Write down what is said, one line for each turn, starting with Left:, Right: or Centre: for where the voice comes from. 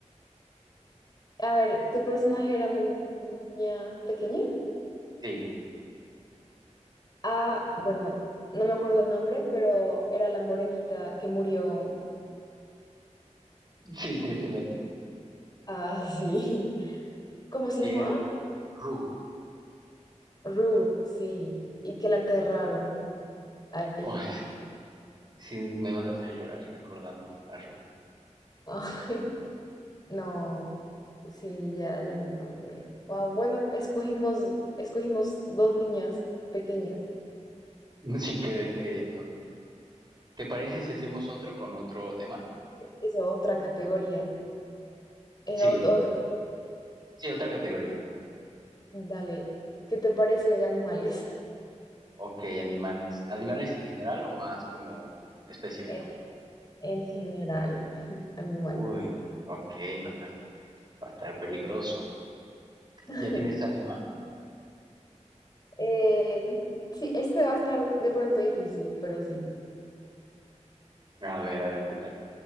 Left: A ver, ¿tu personaje era una niña pequeña?
Right: Sí,
Left: Ah, bueno, no me acuerdo el nombre, pero era la morenita que murió.
Right: sí, tristemente.
Left: Ah, sí. <laughs> ¿Cómo se
Right: Si
Left: llamaba?
Right: eres Ru.
Left: Rue, sí. Y que la enterraron ahí.
Right: Oh, <laughs> sí, me vas a hacer llorar recordando a Ru.
Left: <laughs> Ay, no. Sí, ya, ya me acordé. Wow, bueno, escogimos, escogimos dos niñas pequeñas.
Right: <laughs> Sin querer queriendo. ¿Te parece si hacemos otro con otro tema?
Left: Es otra categoría. Eh,
Right: Sí,
Left: ot- otro,
Right: sí, otra categoría.
Left: dale. ¿Qué te parece animales? <laughs>
Right: Ok, animales. ¿Animales en general o más como específico?
Left: En, en general, <laughs> animales.
Right: Uy, ok, va a estar, va a estar peligroso.
Left: <laughs>
Right: ¿Ya tienes tu animal?
Left: Eh, sí, este va a estar de pronto difícil, pero sí.
Right: A ver, a ver qué tal.